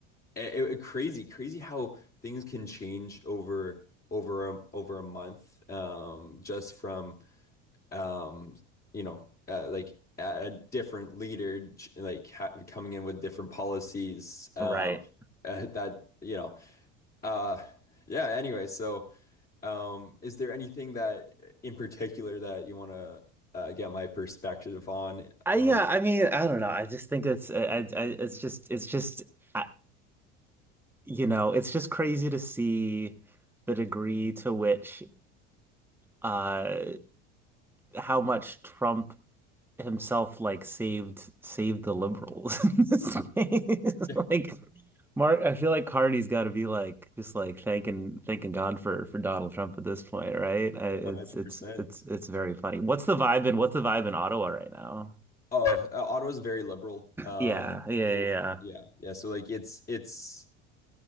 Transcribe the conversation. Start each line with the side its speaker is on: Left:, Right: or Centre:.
Left: it, it- crazy, crazy how things can change over over a, over a month, um, just from um, you know, uh, like a, a different leader ch- like ha coming in with different policies, um,
Centre: Right.
Left: <laughs> uh, that you know, uh, yeah. Anyway, so um, is there anything that in particular that you want to uh, get my perspective on
Centre: I
Left: on?
Centre: yeah, I mean, I don't know. I just think it's I, I it's just it's just I, you know, it's just crazy to see the degree to which uh how much Trump himself like saved saved the liberals. <laughs> It's
Left: <laughs>
Centre: Like Mark, I feel like Carney's got to be like just like thanking thanking God for for Donald Trump at this point, right? I, it's
Left: 100%.
Centre: it's it's it's very funny. What's the vibe in what's the vibe in Ottawa right now?
Left: Oh, uh, Ottawa's very liberal. Um,
Centre: Yeah, yeah, yeah.
Left: w-
Centre: yeah.
Left: yeah, yeah. So like it's it's